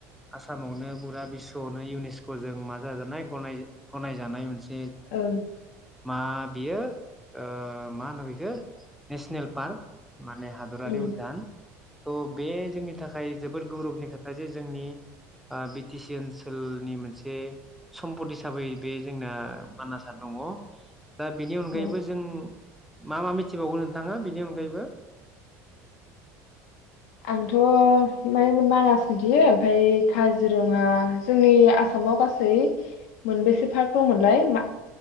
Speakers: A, in the centre; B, on the left.
A: आसामावनो फुरा बिस्वआवनो इउनिस्क जों माजाजानाय गनाय गनायजानाय मोनसे
B: औ
A: मा बियो ओ मा होनो बेखौ नेसनेल पार्क। माने हादरारि
B: उम
A: उदधान थ' बे जोंनि थाखाय जोबोद गौरबनि खोथा जे ओ जोंनि बि टि सि ओनसोलनि मोनसे सम्पद हिसाबै बे जोंना मानासआ दङ। दा बेनि अनगायैबो
B: औ
A: जों मा मा मिथिबावगो नोंथाङा बिनि अनगायैबो?
B: आंथ मान मानास मिथियो ओमफ्राय काजिरङा जोंनि आसामाव गासै मोनबेसे पार्क दंमोनलाय मान